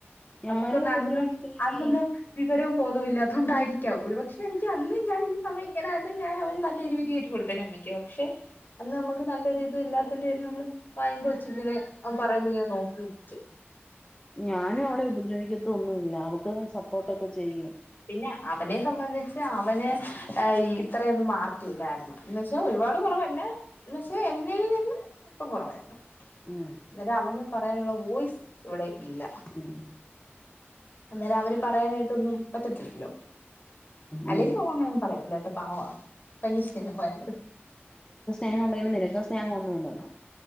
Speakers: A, on the left (about 20°); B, on the left (about 50°).
A: ഞാനും
B: നമുക്കൊന്ന്
A: ഉപദ്രവിച്ചിട്ടില്ലടി
B: അന്ന് അന്നൊന്നും വിവരോം ബോധോം ഇല്ലാത്തോണ്ടായിരിക്കാം ഒരുപക്ഷെ എനിക്കന്ന് ഞാൻ ഈ സമയ ഇങ്ങനെ ആയിരുന്നെങ്കിൽ ഞാൻ അവന് നല്ല എരിപിരി കയറ്റി കൊടുത്തന അമ്മക്ക് പക്ഷെ അന്ന് നമുക്ക് നല്ലൊരിതും ഇല്ലാത്തെന്റെ പേരി നമ്മള് വായും പൊളിച്ചിങ്ങനെ അവൻ പറയുമ്പ ഇങ്ങനെ നോക്കിക്ക്
A: ഞാനും അവളെ ഉപദ്രവിക്കത്തൊന്നുമില്ല അവൾക്ക് സപ്പോർട്ട്ക്കെ ചെയ്യും
B: പിന്നെ അവനെ സംബന്ധിച്ച് അവന് ഇത്രയൊന്നും മാർക്കില്ലാരുന്ന് എന്ന് വെച്ചാ ഒരുപാട് കുറവന്നെ എന്ന് വച്ചാ എന്നിൽ നിന്ന് അല്പം കുറവായിരുന്നു
A: ഉം
B: അന്നേരം അവനു പറയാനുള്ള വോയ്സ് ഇവിടെ ഇല്ല
A: ഉം.
B: അന്നേരം അവന് പറയാനായിട്ട് ഒന്നും പറ്റത്തില്ലല്ലോ അല്ലേലും
A: ഉം ഉം
B: ഓങ്ങനൊന്നും പറയത്തില്ല കേട്ടോ പവാ പയ്യ സ്നേഹമാ എന്നോട്
A: ങ്ങനെ ഒണ്ടായിരുന്ന് നിനക്കോ സ്നേഹം ഒന്നും ഇല്ലല്ലോ